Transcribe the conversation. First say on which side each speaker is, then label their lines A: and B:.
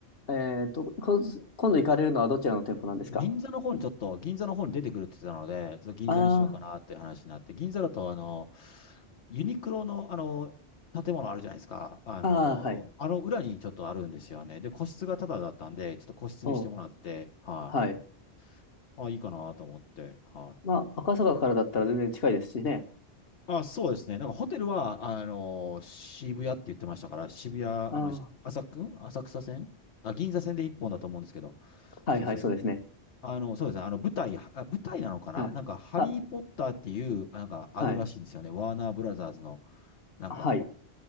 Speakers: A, on the left; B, on the left.
A: えっと、こ、今度行かれるのはどちらの店舗なんですか
B: い。銀座の方にちょっと、銀座の方に出てくるって言ってたので、ちょっと銀座にしようかなっていう話になって、
A: ああ、
B: 銀座だと、あの、ユニクロの、あの、建物あるじゃないですか。あの、
A: ああ、はい。
B: あの裏にちょっとあるんですよね。で、個室がタダだったんで、ちょっと個室にしてもらって、
A: おう、
B: はい。
A: はい。
B: あ、いいかなと思って、はい。
A: まあ、赤坂からだったら全然近いですしね。
B: あ、そうですね。なんかホテルは、あの、渋谷って言ってましたから、渋谷、あの、
A: あ
B: 浅く、浅草線あ、銀座線で一本だと思うんですけど、
A: あ、はいはい、
B: そうです、そうです。
A: そうですね。
B: あの、そうですね。あの、舞台、あ、舞台なのかななんか、
A: あ、
B: ハリー・
A: あ、
B: ポッターっていう、なんか、あるらしいんですよね。
A: はい。
B: ワーナー・ブラザーズの、なんか、
A: はい。